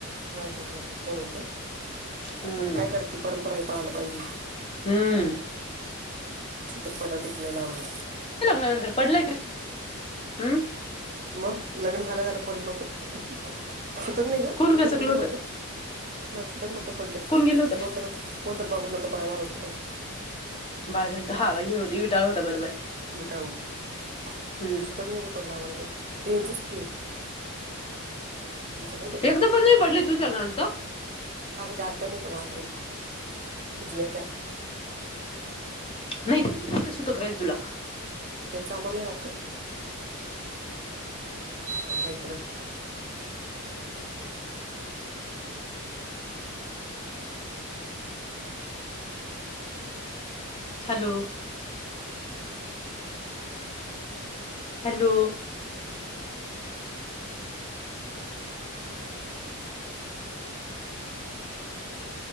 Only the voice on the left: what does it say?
हम्म
हम्म
लागल्या नंतर पडलं हम्
कोण
गसकलं
होतं
कोण गेलं होतं
बाळ झालंत ह हे हो वि टाळ होता बरोबर.
हम्म
एकदा पण नाही पडलय तु लग्नंत.
नाही तेस काय सुत कराल तुला
हॅलो. हॅलो.